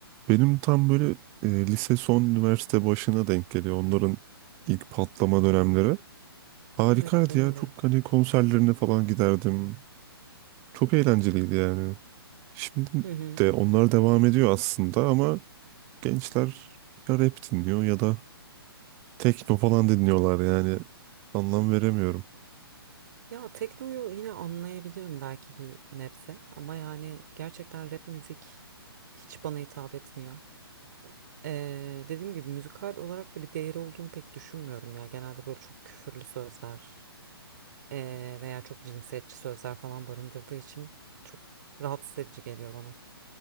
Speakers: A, on the right; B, on the right.
A: Benim tam böyle e, lise son üniversite başına denk geliyor. Onların ilk patlama dönemleri. Harikaydı
B: Evet benim
A: ya. Çok
B: de.
A: hani konserlerine falan giderdim. Çok eğlenceliydi yani. Şimdi
B: Hı hı.
A: de onlar devam ediyor aslında ama gençler ya rap dinliyor ya da Tekno falan dinliyorlar yani. Anlam veremiyorum.
B: Ya teknoyu yine anlayabilirim belki bir nebze ama yani gerçekten rap müzik hiç bana hitap etmiyor. Eee, dediğim gibi müzikal olarak da bir değeri olduğunu pek düşünmüyorum ya. Genelde böyle çok küfürlü sözler eee, veya çok cinsiyetçi sözler falan barındırdığı için çok rahatsız edici geliyor bana.